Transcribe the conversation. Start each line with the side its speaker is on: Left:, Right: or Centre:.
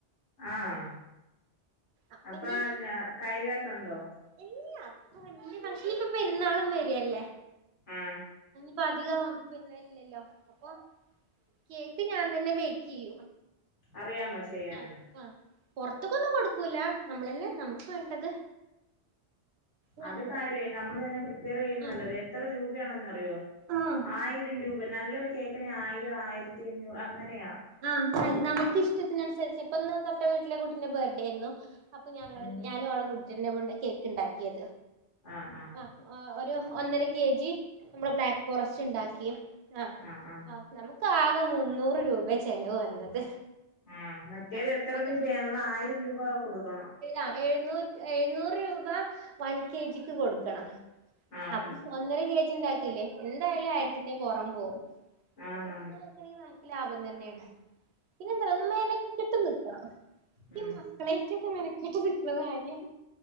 Left: ആഹ
Right: അപ്പൊ
Left: അപ്പ
Right: ഇഞ്ഞി
Left: എന്ന കാര്യവായിട്ടുണ്ടോ
Right: ഇല്ല അത്ര വല്ല്യ ഫങ്ഷ ഇനിപ്പൊ പെരുന്നാളും വരിഅല്ലേ
Left: ആഹ
Right: പ്പോ അധികം പിന്നെല്ലല്ലോ അപ്പൊ കേക്ക് ഞാൻ തന്നെ ബേക്ക്യ്യും
Left: അറിയാമോ? ചെയ്യാന്
Right: ആഹ ആഹ പൊറത്ത്ക്കൊന്നും കൊടുക്കൂല നമ്മളെന്നെ നമ്മുക്ക് വേണ്ടത് ഞാൻ
Left: അത്
Right: ഉണ്ടാക്കും
Left: കാര്യായി നമ്മൾ തന്നെ പ്രിപ്പയർ ചെയ്യുന്നനല്ലത്
Right: ആ
Left: എത്ര രൂപയാണെന്നറിയോ
Right: ആ ആ
Left: ആയിര രം രൂപെ നല്ലൊരു കേക്കിന് ആയിരം ആയിരത്തിഅഞ്ഞൂറ് അങ്ങനെയാ
Right: ആഹ നൽ നമുക്ക് ഇഷ്ടത്തിനനുസരിച്ച് ഇപ്പന്ന് തൊട്ടവീട്ടിലെ കുട്ടിന്റെ ബേർഡേരുന്നു. അപ്പൊ ഞങ്ങള്
Left: ഉം
Right: ഞാനുംഅവളു കൂടി തന്നെ മോൾടെ കേക്ക് ഉണ്ടാക്കിയത്
Left: ആഹ് ആഹ്
Right: ആഹ ആഹ ഒരു ഒന്നര കെ ജി നമ്മടെ ബ്ലാക്ക് ഫോറസ്റ്റ് ഇണ്ടാക്കി ആഹ
Left: അഹ ആഹ
Right: നമുക്ക് ആകെ മുന്നൂറ് രൂപെ ചെലവ് വന്നത്
Left: ആഹ് മറ്റേത്
Right: ആഹ്
Left: എത്ര
Right: അതെ
Left: രൂപയാ മ്മള് ആയിരംരൂപ കൊടുക്കണം
Right: അഹ എഴുന്നൂ എഴുന്നൂറ് രൂപ വൺ കെ ജിക്ക് കൊടുക്കണം
Left: ആന്ന്
Right: അഹ ഒന്നര കെജി ഇണ്ടാക്കില്ലേ എന്തായാലും ആയിരത്തിന്റെ പുറം പോവും അങ്ങനെയൊക്കെ
Left: ആണന്ന്
Right: നോക്കണെങ്കിൽ നമുക്ക് ലാഭം തന്നെണ് പിന്നെ എന്താറിയോ മെനക്കെട്ട് നിക്കണം
Left: ഉം
Right: ഈ മക്കളേയിറ്റ് ത് മെനക്കെട്ട് കിട്ട്ണ കാര്യാണ്